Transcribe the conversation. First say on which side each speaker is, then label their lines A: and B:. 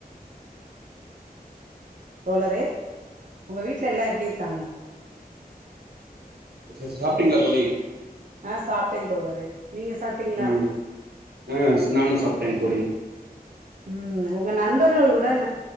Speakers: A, on the right (about 55°); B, on the right (about 80°).
A: தோழரே உங்க வீட்ல எல்லா எப்டி இருக்காங்க
B: <unintelligible> சாப்ட்டீங்களா தோழி
A: ஆ சாப்ட்டேன் தோழரே நீங்க சாப்ட்டீங்களா
B: ம் ஆ ஸ் நானும் சாப்ட்டேங் தோழி
A: ம் உங்க நண்பர்களுடன்